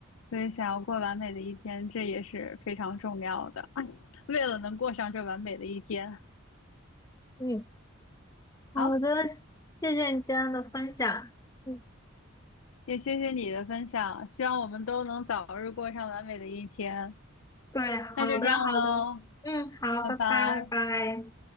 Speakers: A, on the left; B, on the left.
A: 所以想要过完美的一天，这也是非常重要的。<laughs> 为了能过上这完美的一天，
B: 嗯好的，
A: 好，
B: 谢谢你今天的分享。嗯，
A: 也谢谢你的分享，希望我们都能早日过上完美的一天。
B: 对，好的好的，
A: 那就这样喽，
B: 嗯，好，
A: 拜拜。
B: 拜拜拜拜。